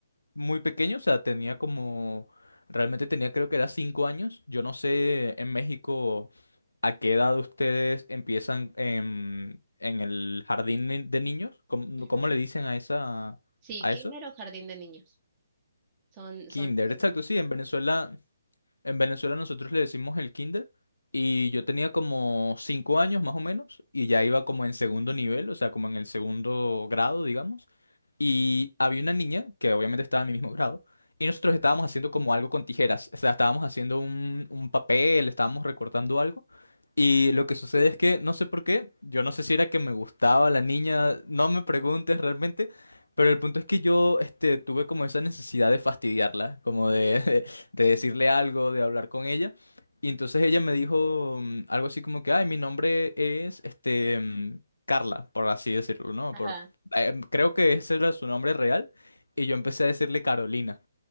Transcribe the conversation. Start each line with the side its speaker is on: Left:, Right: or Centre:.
Left: muy pequeño, o sea, tenía como, realmente tenía creo que era cinco años. Yo no sé en México a qué edad ustedes empiezan en, en el jardín ni- de niños, ¿cómo,
Right: Ujú.
Left: cómo le dicen a esa,
Right: Sí,
Left: a
Right: kinder
Left: eso?
Right: o jardín de niños. Son,
Left: Kinder,
Right: son lo
Left: exacto,
Right: mismo.
Left: sí, en Venezuela en Venezuela nosotros le decimos el kinder y yo tenía como cinco años más o menos y ya iba como en segundo nivel, o sea, como en el segundo grado, digamos. Y había una niña que obviamente estaba en mi mismo grado y nosotros estábamos haciendo como algo con tijeras, o sea, estábamos haciendo un, un papel, estábamos recortando algo. Y lo que sucede es que no sé por qué, yo no sé si era que me gustaba la niña, no me preguntes realmente, pero el punto es que yo este, tuve como esa necesidad de fastidiarla, como de... <laughs> de decirle algo, de hablar con ella. Y entonces ella me dijo mm, algo así como que, ay, mi nombre es, este, mm, Carla, por así decirlo, ¿no?
Right: Ajá.
Left: Por, eh, em, creo que ese era su nombre real. Y yo empecé a decirle Carolina.